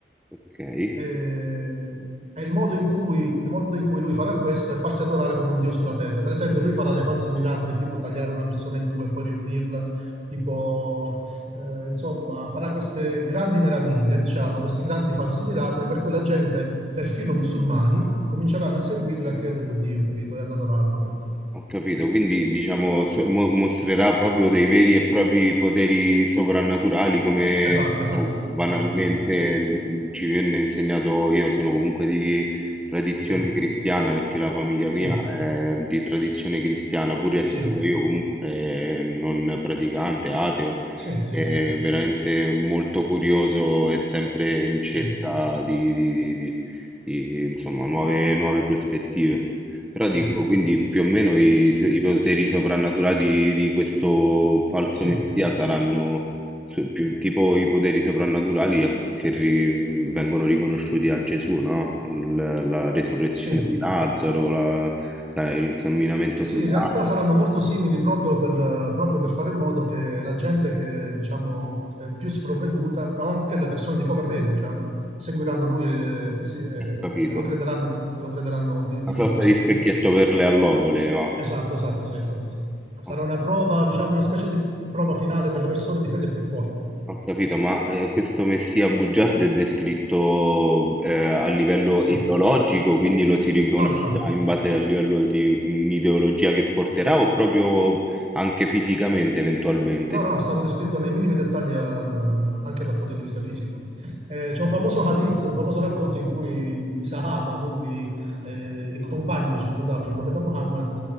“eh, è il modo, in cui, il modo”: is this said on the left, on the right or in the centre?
Right